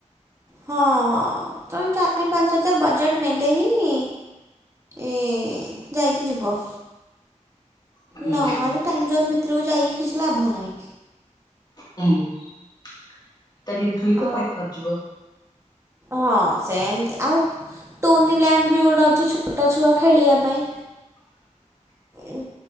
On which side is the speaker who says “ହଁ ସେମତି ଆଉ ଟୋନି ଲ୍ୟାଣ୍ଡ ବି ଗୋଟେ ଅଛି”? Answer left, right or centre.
Right